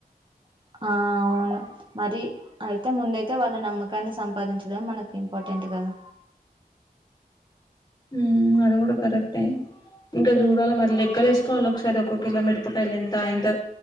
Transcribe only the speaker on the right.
ఆ అవును మరి అయితే ముందైతే వాళ్ళ నమ్మకాన్ని సంపాదించడం మనకి ఇంపార్టెంట్ గదా